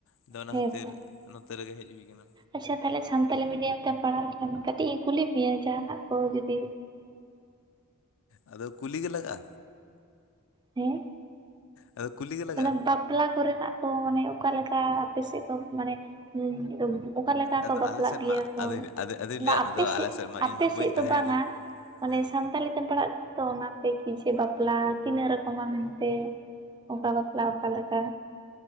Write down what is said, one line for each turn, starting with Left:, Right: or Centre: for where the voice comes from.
Left: ᱟᱫᱚ ᱚᱱᱟ
Right: ᱦᱮᱸᱛᱚ
Left: ᱠᱷᱟᱹᱛᱤᱨ ᱱᱚᱛᱮ ᱨᱮᱜᱮ ᱦᱮᱡ ᱦᱩᱭ ᱟᱠᱟᱱᱟ
Right: ᱟᱪᱪᱷᱟ, ᱛᱟᱦᱞᱮ ᱥᱟᱱᱛᱟᱞᱤ ᱢᱤᱰᱤᱭᱟᱢ ᱛᱮᱢ ᱯᱟᱲᱦᱟᱣ ᱞᱮᱠᱷᱟᱱ ᱠᱟᱹᱴᱤᱡ ᱤᱧ ᱠᱩᱞᱤ ᱢᱮᱭᱟ ᱡᱟᱦᱟᱱᱟᱜ ᱠᱚ ᱡᱩᱫᱤ?
Left: ᱟᱫᱚ ᱠᱩᱞᱤ ᱜᱮ ᱞᱟᱜᱟᱜᱼᱟ?
Right: ᱦᱮᱸ?
Left: ᱟᱫᱚ ᱠᱩᱞᱤ? ᱜᱮ ᱞᱟᱜᱟᱜᱼᱟ
Right: ᱛᱟᱦᱞᱮ ᱵᱟᱯᱞᱟ ᱠᱚᱨᱮᱱᱟᱜ ᱫᱚ ᱢᱟᱱᱮ ᱚᱠᱟᱞᱮᱠᱟ ᱟᱯᱮ ᱥᱮᱫ ᱫᱚ ᱢᱟᱱᱮ <unintelligible> ᱚᱠᱟ ᱞᱮᱠᱟ
Left: ᱟᱫᱚ
Right: ᱠᱚ ᱵᱟᱯᱞᱟᱜ
Left: ᱟᱞᱮ ᱥᱮᱫ
Right: ᱜᱮᱭᱟ
Left: ᱢᱟ
Right: ᱠᱚ
Left: ᱟᱫᱚᱧ ᱟᱫᱚ ᱟᱫᱚᱧ
Right: ᱵᱟ
Left: ᱞᱟᱹᱭᱟᱫ
Right: ᱟᱯᱮ
Left: ᱢᱮᱫᱚ
Right: ᱥᱮᱫ
Left: ᱟᱞᱮ ᱢᱟ
Right: ᱟᱯᱮ
Left: ᱤᱧ ᱢᱟ
Right: ᱥᱮᱫ
Left: ᱵᱟᱹᱧ
Right: ᱫᱚ
Left: ᱛᱟᱦᱮᱸ
Right: ᱵᱟᱝᱟ
Left: ᱠᱟᱱ
Right: ᱢᱟᱱᱮ
Left: ᱦᱮᱸ
Right: ᱥᱟᱱᱛᱟᱞᱤ ᱛᱮᱢ ᱯᱟᱲᱦᱟᱜ ᱠᱟᱱᱟ ᱛᱚ ᱚᱱᱟᱛᱮ ᱠᱤ ᱡᱮ ᱵᱟᱯᱞᱟ ᱛᱤᱱᱟᱹᱜ ᱨᱚᱠᱚᱢᱟ ᱢᱮᱱᱛᱮ ᱚᱠᱟ ᱵᱟᱯᱞᱟ ᱚᱠᱟᱞᱮᱠᱟ